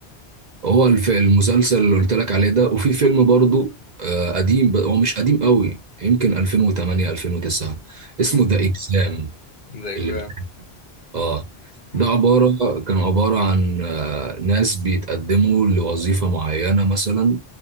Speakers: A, on the right (about 50°); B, on the left (about 55°).
A: هو الف... المسلسل اللي قلت لك عليه ده وفي فيلم برضو آه، قديم ب... هو مش قديم قوي يمكن 2008 2009 اسمه
B: امم
A: ذا اكزام
B: ذا اكزام
A: اللي اه
B: امم
A: ده عبارة كانوا عبارة عن آه، ناس بيتقدموا لوظيفة معينة مثلا